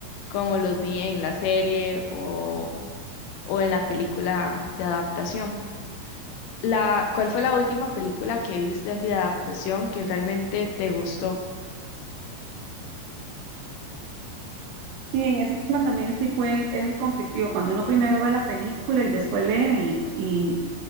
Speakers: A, on the left; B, on the right.
A: como los vi en la serie o o en la película de adaptación. La, ¿cuál fue la última película que viste así de adaptación que realmente te gustó? O
B: Sí, en ese tema también sí fue, es muy conflictivo, cuando uno primero ve la película y después lee y,